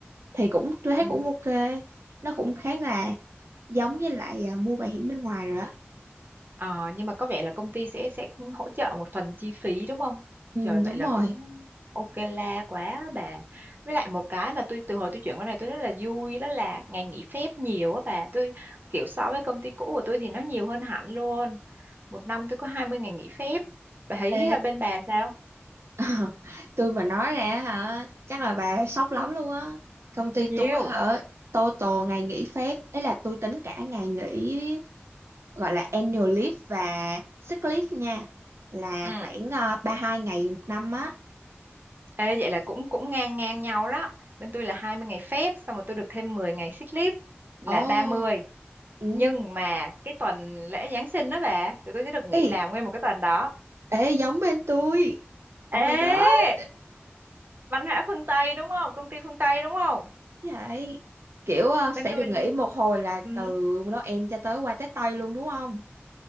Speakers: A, on the right; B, on the right.
A: thì cũng tôi thấy
B: Ừ.
A: cũng ok nó cũng khá là giống với lại ờ, mua bảo hiểm bên ngoài rồi á
B: Ờ, nhưng mà có vẻ là công ty sẽ sẽ hỗ trợ một phần chi phí đúng không?
A: ừ
B: Trời vậy
A: đúng
B: là
A: rồi
B: cũng ok la quá bà. Với lại một cái mà tôi từ hồi tôi chuyển qua này tôi rất là vui đó là ngày nghỉ phép nhiều á bà. Tôi kiểu so với công ty cũ của tôi thì nó nhiều hơn hẳn luôn. Một năm tôi có 20 ngày nghỉ phép. Bà thấy
A: ê
B: à, bên bà sao?
A: <laughs> tôi mà nói ra hả chắc là bà sốc lắm luôn á công ty
B: Nhiều.
A: tôi hả tô tô ngày nghỉ phép ấy là tôi tính cả ngày nghỉ gọi là annual leave và sick leave nha là
B: Ừ.
A: khoảng ờ, 32 ngày một năm á
B: Ê, vậy là cũng cũng ngang ngang nhau đó. Bên tôi là 20 ngày phép xong rồi tôi được thêm 10 ngày sick leave là
A: ồ
B: ba mươi.
A: ừ
B: nhưng mà cái tuần lễ Giáng sinh đó bà tụi tôi sẽ được nghỉ
A: ê,
B: làm nguyên một cái tuần đó
A: ê giống bên tôi
B: ê
A: oh my god
B: Văn hóa phương Tây đúng không công ty phương Tây đúng không
A: vậy kiểu ờ,
B: bên
A: sẽ
B: tôi
A: được nghỉ một hồi là
B: ừ
A: từ Noel cho tới qua Tết Tây luôn đúng không